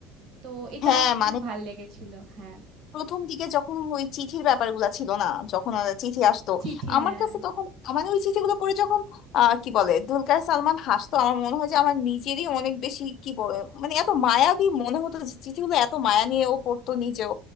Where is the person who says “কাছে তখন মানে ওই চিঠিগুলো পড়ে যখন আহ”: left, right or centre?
Left